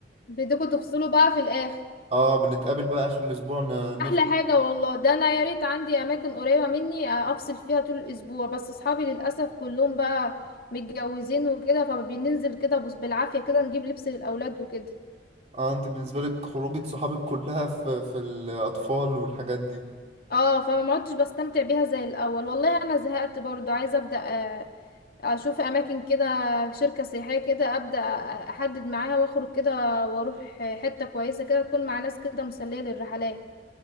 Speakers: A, on the left; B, on the right.
A: بدكم تفصلوا بقى في الاخر
B: اه بنتقابل بقى اخر الاسبوع ن- نفطر
A: احلى حاجه والله ده انا يا ريت عندي اماكن قريبه مني آه، افصل فيها طول الاسبوع بس اصحابي للاسف كلهم بقى متجوزين وكده فبننزل كده بص بالعافيه كده نجيب لبس للاولاد وكده
B: اه انت بالنسبه لك خروجه صحابك كلها في في الاطفال والحاجات دي
A: اه فما عدتش بستمتع بيها زي الاول والله انا زهقت برضو عايزه ابدا آه، اشوف اماكن كده شركه سياحيه كده ابدا آه، احدد معاها واخرج كده واروح حته كويسه كده تكون مع ناس كده مسليه للرحلات